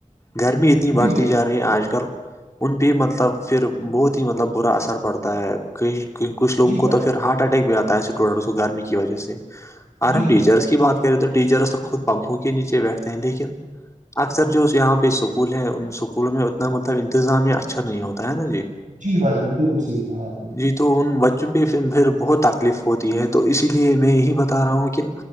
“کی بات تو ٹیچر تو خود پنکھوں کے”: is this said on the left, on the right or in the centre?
Left